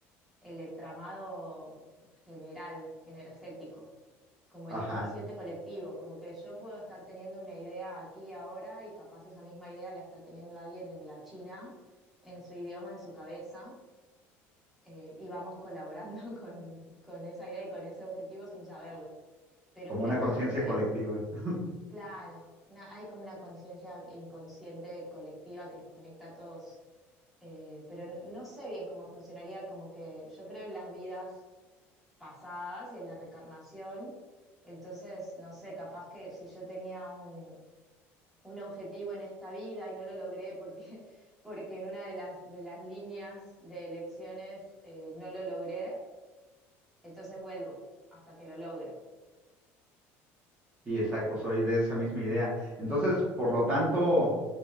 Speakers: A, in the centre; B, on the right.
A: el entramado general, energético, como
B: Ajá,
A: el inconsciente colectivo, como que yo puedo estar teniendo una idea aquí y ahora y capaz esa misma idea la está teniendo alguien en la China, en su idioma, en su cabeza, eh, y vamos colaborando <laughs> con, con esa idea y con ese objetivo sin saberlo. Pero
B: como
A: creo
B: una
A: también
B: conciencia
A: que,
B: colectiva. <laughs>
A: claro, una- hay como una conciencia inconsciente colectiva que nos conecta a todos. eh, pero no, no sé bien cómo funcionaría, como que yo creo en las vidas pasadas y en la reencarnación. Entonces, no sé, capaz que si yo tenía un, un objetivo en esta vida y no lo logré porque, <laughs> porque en una de las, de las líneas de elecciones eh, no lo logré, entonces vuelvo hasta que lo logre.
B: Sí, exacto,
A: Eh,
B: soy de esa misma idea. Entonces, por lo tanto,